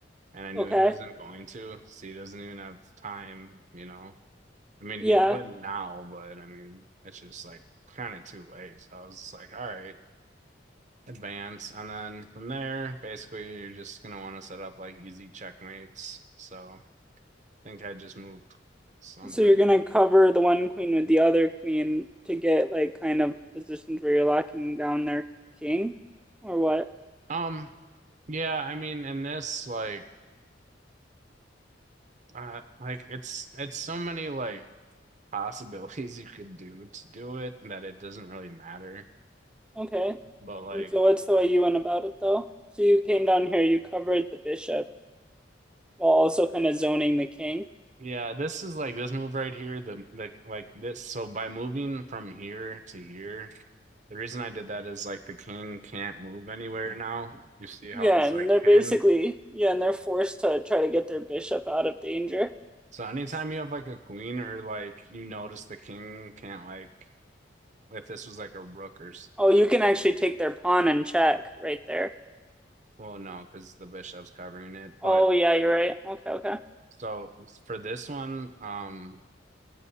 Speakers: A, on the right; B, in the centre.
A: And I knew
B: Okay.
A: he wasn't going to, so he doesn't even have time, you know. I mean,
B: Yeah.
A: he would now, but I mean, it's just like kind of too late. So I was just like, all right, advance. And then from there, basically, you're just gonna want to set up like easy checkmates. So think I just moved something.
B: So you're gonna
A: clean.
B: cover the one queen with the other queen to get like kind of positions where you're locking down their king or what?
A: Um, yeah, I mean, in this, like, uh, like it's it's so many like possibilities <laughs> you could do to do it that it doesn't really matter.
B: Okay.
A: But like,
B: And so what's the way you went about it though? So you came down here, you covered the bishop while also kind of zoning the king.
A: yeah, this is like this move right here, the the like this. So by moving from here to here, the reason I did that is like the king can't move anywhere now. You see how
B: Yeah,
A: he's
B: and
A: like
B: they're
A: pinned?
B: basically yeah, and they're forced to try to get their bishop out of danger.
A: So anytime you have like a queen or like you notice the king can't like if this was like a rook or
B: Oh, you can actually take their pawn and check right there.
A: well, no, because the bishop's covering it.
B: Oh
A: But
B: yeah, you're right. Okay, okay.
A: so for this one, um,